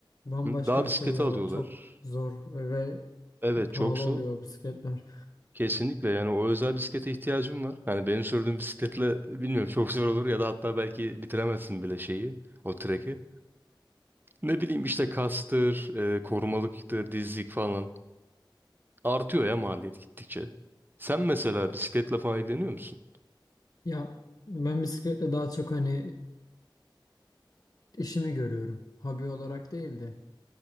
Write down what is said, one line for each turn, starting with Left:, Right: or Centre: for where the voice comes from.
Left: Bambaşka
Right: Hı, Dağ
Left: bir
Right: bisikleti
Left: şey ya.
Right: alıyorlar.
Left: O Çok zor ve
Right: Evet
Left: pahalı
Right: çok zor.
Left: oluyor o bisikletler.
Right: Kesinlikle yani o özel bisiklete ihtiyacım var. Hani benim sürdüğüm bisikletle bilmiyorum çok zor olur ya da hatta belki bitiremezsin bile şeyi, o treki. Ne bileyim işte kastır, e, korumalıktır, dizlik falan. Artıyor ya maliyet gittikçe. Sen mesela bisikletle falan ilgileniyor musun?
Left: Ya ben bisikletle daha çok hani e, işimi görüyorum. Hobi olarak değil de